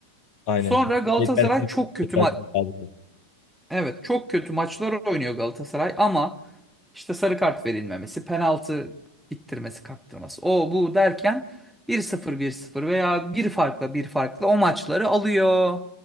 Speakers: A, on the left (about 50°); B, in the centre.
A: Aynen.
B: Sonra
A: Çünkü
B: Galatasaray
A: yetersiz,
B: çok kötü
A: yetersiz
B: maç.
A: kadro.
B: Evet çok kötü maçlar oynuyor Galatasaray ama işte sarı kart verilmemesi, penaltı ittirmesi, kaktırması o bu derken bir sıfır bir sıfır veya bir farkla bir farkla o maçları alıyor.